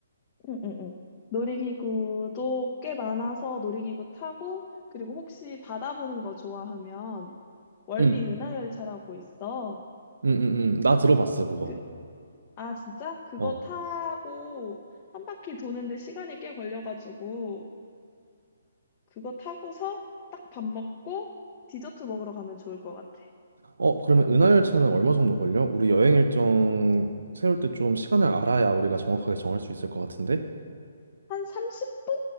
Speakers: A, on the left; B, on the right.
A: 응, 응, 응. 놀이기구도 꽤 많아서 놀이기구 타고, 그리고 혹시 바다 보는 거 좋아하면 월미
B: 응,
A: 은하열차라고 있어.
B: 응, 응, 응. 나 들어봤어 그거.
A: 그, 아, 진짜? 그거
B: 어,
A: 타고 한 바퀴 도는데 시간이 꽤 걸려가지고, 그거 타고서 딱 밥 먹고 디저트 먹으러 가면 좋을 것 같아.
B: 어 그러면 은하열차는 얼마 정도 걸려? 우리 여행 일정 세울 때 좀 시간을 알아야 우리가 정확하게 정할 수 있을 것 같은데.
A: 한 30분